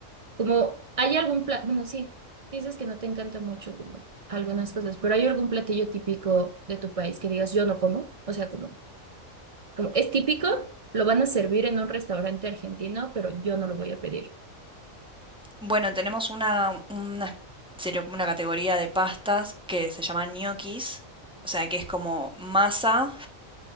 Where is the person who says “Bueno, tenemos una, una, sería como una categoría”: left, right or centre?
Centre